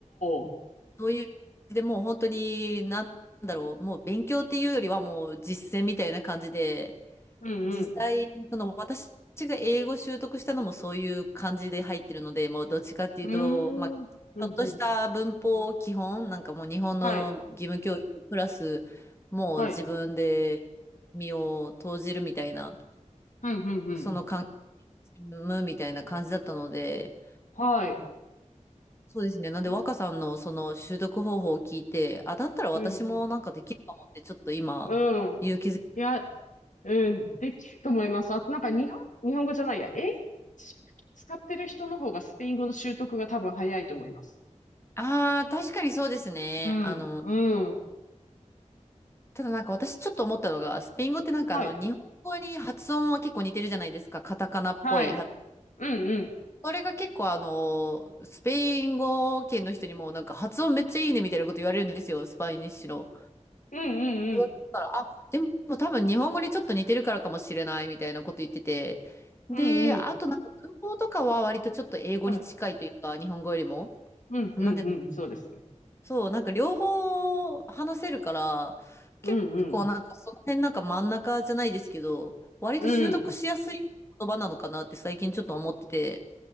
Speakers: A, on the left; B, on the left.
A: お。
B: そういう、でもう本当になんだろう、もう勉強っていうよりはもう実践みたいな感じで、
A: うんうん。
B: 実際、その私が英語習得したのもそういう感じで入ってるので、もうどっちかっていうと、
A: うー
B: まあ、ちょっとした文法基本、
A: ん。うんうん。
B: なんかもう日本の義務教育プラス、
A: はい。
B: もう自分で
A: はい。
B: 身を投じるみたいな、
A: うん、うん、うん。
B: その関係むみたいな感じだったので、
A: はい。
B: そうですね。なんで若さんのその習得方法を聞いて、
A: うん、
B: あ、だったら私もなんかできるかもって、
A: うん。
B: ちょっと今、
A: うん。
B: 勇気づけ
A: いや、うん、できると思います。あとなんか日本、日本語じゃないや。英語使ってる人の方がスペイン語の習得が多分早いと思います。
B: ああ、確かにそうですね。
A: うん、
B: あの
A: うん。
B: ただなんか私ちょっと思ったのが、スペイン語ってなんかあの、
A: はい。
B: 日本語に発音は結構似てるじゃないですか。カタカナっぽい発。
A: はい。うん、うん。
B: それが結構あの、スペイン語圏の人にもなんか発音めっちゃいいねみたいなこと言われるんですよ、スパイニッシュの。
A: うんうんうん。
B: だから、あ、でも多分日本語にちょっと似てるからかもしれないみたいなこと言ってて。
A: うんうん。
B: で、あとなんか文法とかは割とちょっと英語に近いというか、
A: はい。
B: 日本語よりも。
A: うんうんうん。
B: なんで
A: そうですね。
B: そう、なんか両方話せるから、
A: うんうん。
B: 結結構なんかその辺なんか真ん中じゃないですけど、割と習得しやすい言葉なのかなって最近ちょっと思ってて。
A: うん。